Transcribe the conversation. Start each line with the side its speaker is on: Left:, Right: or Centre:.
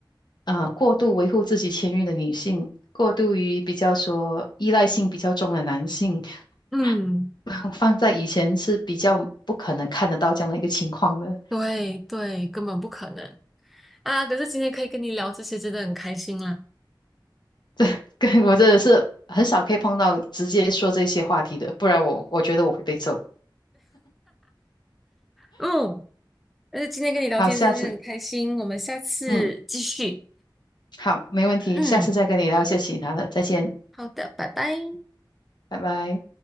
Left: 呃，过度维护自己权益的女性，过度于比较说依赖性比较重的男性，
Centre: 嗯。
Left: <laughs> 放在以前是比较不可能看得到这样的一个情况的。
Centre: 对对，根本不可能啊！可是今天可以跟你聊这些，真的很开心啦。
Left: <laughs> 对，我真的是很少可以碰到直接说这些话题的，不然我我觉得我会被揍。
Centre: 嗯，但是今天跟你聊天真的很开心，
Left: 好，下次，
Centre: 我们下次继续。
Left: 嗯。好，没问题，
Centre: 嗯，
Left: 下次再跟你聊一些其他的，再见，
Centre: 好的，拜拜。
Left: 拜拜。